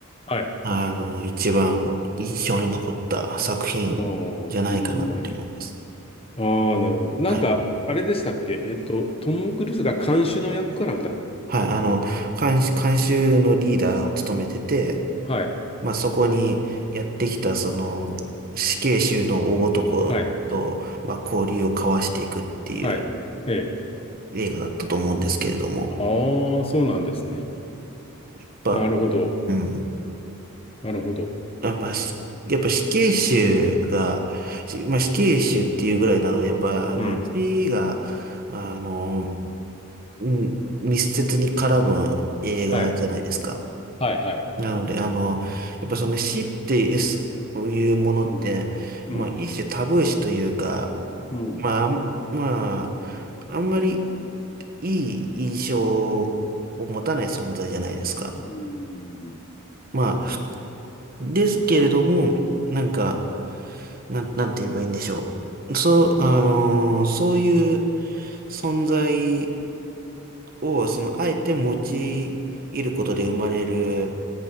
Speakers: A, on the left; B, on the right.
A: はい。
B: あの、一番印象に残った作品じゃないかなって思います。
A: あのーグリーンマイル。ああ、なるほど。なんか、
B: はい。
A: あれでしたっけえっと、トム・クルーズが監修の役かなんかだ。
B: はい。あの、監修、監修のリーダーを務めてて、
A: はい、
B: まあ、そこにやってきた、その、死刑囚の大男と、
A: はい、
B: まあ、交流を交わしていくっていう
A: はい。ええ。
B: 映画だったと思うんですけれども、
A: ああ、そうなんですね。
B: やっぱ、
A: なるほど。
B: うん。
A: なるほど。
B: あ、まあ、しやっぱ死刑囚が、しまあ、死刑囚っていうぐらいなので、やっぱ、あの、
A: うん。
B: 死が、あの、うん密接に絡む映画じゃないですか。
A: はい、はい、はい。
B: なので、あの、やっぱその死ってそういうものって、
A: うん、うん、
B: まあ、一種タブー視というか、
A: うん。
B: まあ、
A: う
B: あんまあ、あんまりいい印象を持たない存在じゃないですか。
A: ーん
B: まあ、ですけれども、なんか、なん、なんて言えばいいんでしょう。そう、あのーそういう存在を、その、あえて用いることで生まれる、